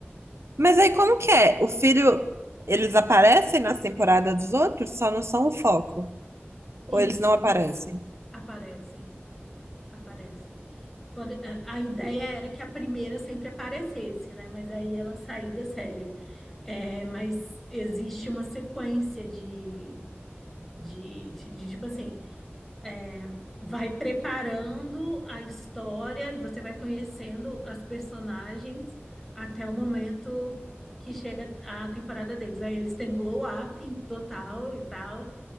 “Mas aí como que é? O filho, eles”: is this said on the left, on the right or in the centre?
Right